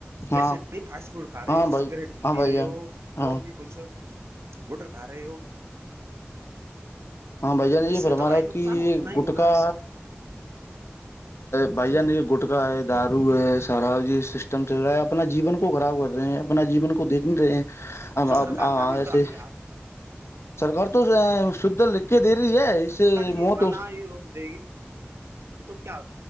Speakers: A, on the left (about 85°); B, on the right (about 90°).
A: ہاں
B: ایسے نہیں فاسٹ فوڈ کھا رہے
A: ہاں
B: ہو
A: بھائی
B: سگریٹ
A: ہاں
B: پی
A: بھائی
B: رہے
A: جان
B: ہو
A: ہاں
B: اور بھی کچھ گٹ کا رہے ہو
A: ہاں بھائی جان یہ
B: اس سے
A: ہمارا
B: تو بھائی
A: کہ
B: نقصان
A: یہ
B: ہونا ہی
A: گٹکا
B: ہونا ہے
A: بھائی ج نہیں یہ گٹکا ہے دارو ہے سارا جی سسٹم چل
B: ہاں
A: رہا ہے اپنا جیون کو خراب کر رہے ہیں اپنا جیون کو دیکھ نہیں رہے ہیں ہم
B: اس
A: ہ
B: سرکار کا بھی
A: ایسے
B: بھائی
A: سرکار تو شھ لکھ کے دے رہی ہے اس سے موت
B: یہ ہی روک دے گی تو کیا